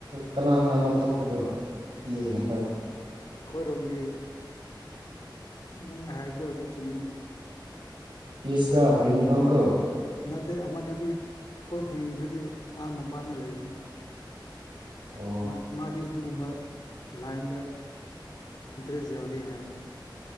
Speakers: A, on the right; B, on the left.
A: ꯀꯅꯥ ꯀꯅꯥꯅꯣ ꯊꯣꯛꯄꯗꯣ ꯇꯤ ꯌꯦ ꯍꯟꯗꯛ
B: ꯑꯩꯈꯣꯏꯔꯣꯝꯒꯤ ꯅꯪ ꯅ ꯍꯥꯏꯕꯗꯨ ꯑꯗꯨ ꯆꯨꯝꯃꯦꯅꯦ
A: ꯄꯤꯁꯀ ꯀꯩꯅꯣ ꯉꯝ ꯀꯣ
B: ꯅꯠꯇꯦ ꯑꯃꯗꯨꯗꯤ ꯑꯩꯈꯣꯏ ꯈꯨꯟꯒꯤꯗꯨꯗꯤ ꯑꯥ ꯃꯄꯥꯅ ꯂꯩꯕꯅꯦ
A: ꯑꯣ
B: ꯃꯥ ꯃꯥꯗꯤ ꯑꯗꯨꯒꯨꯝꯕ ꯂꯥꯏꯟꯗ ꯏꯟꯇ꯭ꯔꯦꯁ ꯌꯥꯎꯗꯦ ꯍꯥꯏꯅꯦ